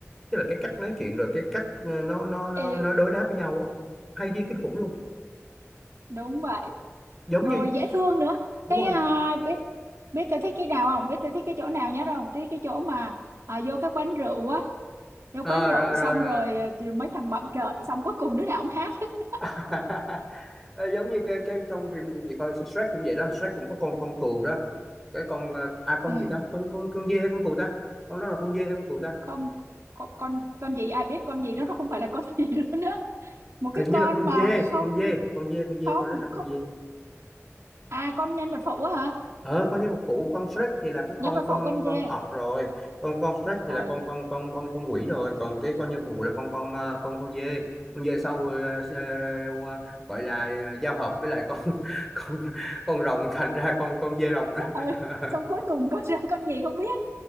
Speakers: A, in the centre; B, on the right.
A: tức là cái cách nói chuyện rồi cái cách nó nó nó
B: ừ,
A: nó đối đáp với nhau á hay như kinh khủng luôn
B: đúng vậy
A: giống
B: rồi
A: như
B: dễ thương nữa
A: đúng
B: cái
A: rồi
B: à, biết biết tôi thích cái nào không biết tôi thích cái chỗ nào nhớ không thích cái chỗ mà à, vô cái quán rượu á vô
A: ờ
B: quán rượu
A: rồi
B: xong
A: rồi rồi
B: rồi ờ, thì mấy thằng bậm trợn xong cuối cùng đứa nào cũng hát hết.
A: <laughs> Ờ, giống như cái cái trong phim gì gì coi Shrek cũng vậy đó Shrek cũng có con con cừu đó cái con ờ, à con
B: ừ
A: gì ta con con con dê hay con cừu ta con đó là con dê hay con cừu ta
B: không con con con gì ai biết con gì đó nó không phải là con <laughs> gì nữa nữa một cái
A: hình như
B: con
A: là con
B: mà
A: dê
B: không
A: con dê con dê con dê
B: không
A: con đó là con
B: không
A: dê
B: à con nhân vật phụ á hả
A: ờ con nhân vật phụ con Shrek thì là cái
B: nhân
A: con
B: vật
A: con
B: phụ con dê
A: con ọt rồi con con Shrek thì
B: ờ
A: là con con con con con quỷ rồi còn cái con nhân phụ là con con ờ, con con dê con dê sau ờ, s- ờ, ờ, gọi là ờ, giao hợp với lại con <laughs> con con rồng thành ra con con dê rồng đó
B: Dạ, ừ.
A: <laughs>
B: xong cuối cùng con ra con gì không biết